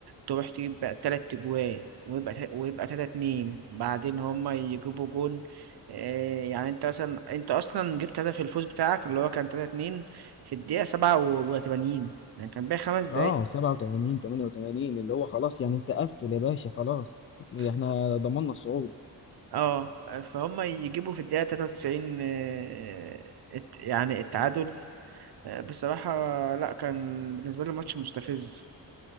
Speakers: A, on the right; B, on the left.
A: تروح تجيب بقى تلات اجوان ويبقى تا- ويبقى تلاتة اتنين بعدين هم يجيبوا جون آه، يعني انت مثلا انت اصلا جبت هدف الفوز بتاعك اللي هو كان تلاتة اتنين في الدقيقه سبعة وتمانين يعني كان باقي خمس دقايق
B: اه 87 88 اللي هو خلاص يعني انت قفل يا باشا خلاص
A: <laughs>
B: احنا ضمننا الصعود
A: اه فهم يجيبوا في الدقيقة 93 آه، الت- يعني التعادل آه، بصراحة لا كان بالنسبة لي ماتش مستفز